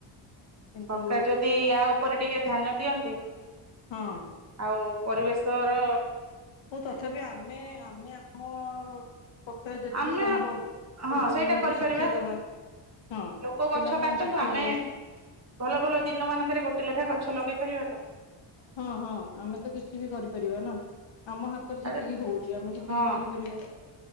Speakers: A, on the left; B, on the right.
A: କିନ୍ତୁ
B: ସରକାର ଯଦି ୟା ଉପରେ ଟିକେ ଧ୍ୟାନ ଦିଅନ୍ତେ
A: ହଁ
B: ଆଉ ପରିବେଶ୍ ଶର
A: ହୋଉ ତଥାପି ଆମେ ଆମେ ଆମ ପକ୍ଷରେ ଯେତିକି
B: ଆମେ
A: ସମ୍ଭବ
B: ହଁ
A: ପିଲାମାନଙ୍କୁ
B: ସେଇଟା କରିପାରିବା
A: ଶିକ୍ଷା ଦବା ହଁ
B: ଲୋକ
A: ପିଲାମାନଙ୍କୁ
B: ଗଛ କାଟନ୍ତୁ
A: ଶିକ୍ଷା
B: ଆମେ
A: ଦବା।
B: ଭଲ ଭଲ ଦିନମାନଙ୍କରେ ଗୋଟେ ଲେଖା ଗଛ ଲଗେଇ ପାରିବାତ।
A: ହଁ ହଁ ଆମେ ତ କିଛି ବି କରିପାରିବା ନା। ଆମ ହାତରେ ଯେତିକି
B: ଆରେ
A: ହଉଛି ଆମେ ସେତିକି
B: ହଁ
A: କରିପାରିବା